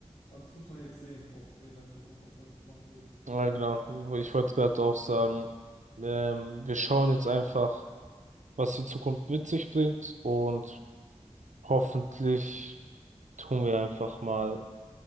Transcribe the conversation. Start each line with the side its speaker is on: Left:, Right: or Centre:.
Left: aber das muss man jetzt sehen, ob in der Zukunft, ob er das machen wird.
Right: Ja, genau. Ich wollte gerade auch sagen, ähm, wir schauen jetzt einfach, was die Zukunft mit sich bringt und hoffentlich tun wir einfach mal